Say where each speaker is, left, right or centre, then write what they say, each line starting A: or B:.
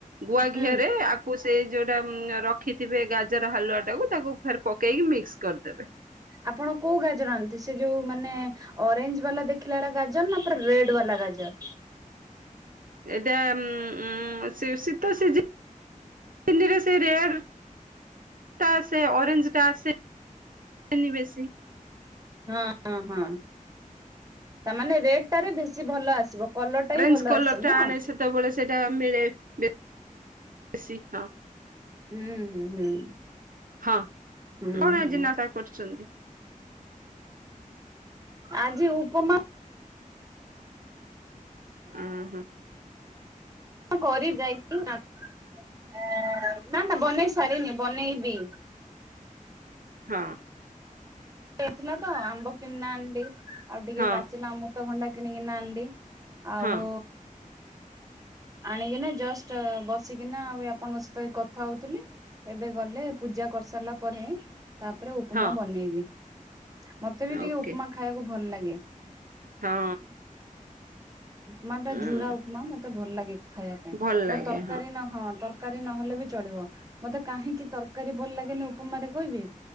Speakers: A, on the right (about 75°); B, on the right (about 25°).
A: ଗୁଆଘିଅରେ
B: ହୁଁ
A: ଆକୁ ସେ ଯୋଉଟା ଉଁ ରଖିଥିବେ ଗାଜର ହାଲୁଆ ଟାକୁ ତାକୁ ଫେରେ ପକେଇକି ମିକ୍ସ କରିଦେବେ।
B: ଆପଣ କୋଉ ଗାଜର ଆଣନ୍ତି ସେ ଯୋଉ ମାନେ ଅରେଞ୍ଜ ବାଲା ଦେଖିଲା ଭଳିଆ ଗାଜର ନା ପୁରା ରେଡ୍ ବାଲା ଗାଜର?
A: ଏଟା ଉଁ ଉଁ ସେ ଶୀତ ସିଜିନ୍ ଜିନିରେ ସେ ରେଡ୍ ଟା ଆସେ ଅରେଞ୍ଜ ଟା ଆସେ -ନି ବେଶି।
B: ହଁ ହଁ ହଁ ତାମାନେ ରେଡ୍ ଓଡ଼ିଶାରେ ବେଶୀ ଭଲ ଆସିବ କଲରଟା
A: ଅରେଞ୍ଜ
B: ବି ଭଲ
A: କଲର
B: ଆସିବ
A: ଟା
B: ନୁହଁ।
A: ଆଣେ ସେତେବେଳେ ସେଇଟା ମିଳେ ବେଶୀ ହଁ।
B: ହୁଁ ହୁଁ ହୁଁ।
A: ହଁ
B: ହୁଁ
A: କଣ
B: ହୁଁ
A: ଆଜି ନାଟକ କରିଛନ୍ତି।
B: ଆଜି ଉପମା
A: ହଁ ହଁ।
B: କରି ଯାଇଛି ନା ନା ବନେଇ ସାରିନି ବନେଇବି।
A: ହଁ।
B: ଥିଲା ତ ଆମ୍ବ କିଣିନାହାନ୍ତି ଆଉ ଟିକେ
A: ହଁ
B: ପାଚିଲା ଅମୃତ ଭଣ୍ଡା କିଣି କିନା ଆଣିଲି। ଆଉ
A: ହଁ
B: ଆଣିକିନା ଜଷ୍ଟ ବସିକିନା ଆଉ ଆପଣଙ୍କ ସହିତ କଥା ହଉଥିଲି। ଏବେ ଗଲେ ପୂଜା କରିସାରିଲା ପରେ ତାପରେ ଉପମା
A: ହଁ।
B: ବନେଇବି। ମତେ ବି ଟିକେ
A: ଓକେ
B: ଉପମା ଖାଇବାକୁ ଭଲ ଲାଗେ।
A: ହଁ।
B: ମାନେ ଟା
A: ଉଁ
B: ଝୁରା ଉପମା ମତେ ଭଲ ଲାଗେ ଖାଇବା ପାଇଁ
A: ଭଲ ଲାଗେ
B: ମୋର ତରକାରୀ ନ ହଁ ତର ତରକାରୀ ନହେଲେ ବି ଚଳିବ ମତେ କାହିଁକି ତରକାରୀ ଭଲ ଲାଗେନି ଉପମାରେ କହିବି?